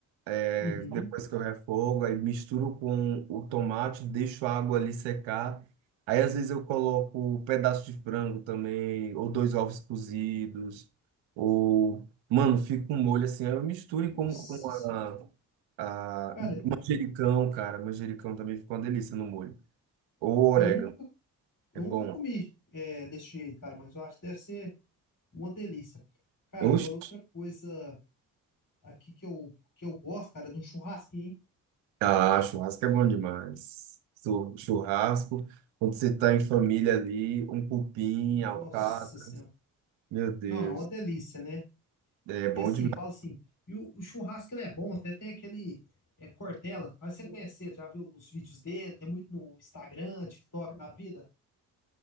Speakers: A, on the right; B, on the left.
A: É,
B: Uhum.
A: depois que eu refogo, aí misturo com o tomate, deixo a água ali secar. Aí às vezes eu coloco um pedaço de frango também, ou dois ovos cozidos, ou, mano, fica um molho assim. Aí eu misturo
B: Nossa
A: e como com
B: senhora.
A: a, a
B: Cara,
A: manjericão, cara. Manjericão também fica uma delícia no molho. Ou orégano,
B: eu nunca, eu
A: é bom.
B: nunca comi é, desse jeito, cara, mas eu acho que deve ser uma delícia. Cara,
A: Oxi.
B: agora outra coisa aqui que eu, que eu gosto, cara, é de um churrasquinho, hein?
A: Ah, churrasco é bom demais. Chu- Churrasco, quando você tá em família ali, um cupim, alcatra.
B: Nossa senhora.
A: Meu Deus,
B: Não, é uma delícia, né?
A: é bom
B: E assim,
A: demais.
B: fala assim, e o, o churrasco ele é bom, até tem aquele é, Cortella, mas você conhecer, já viu os vídeos dele, tem muito no Instagram, TikTok da vida.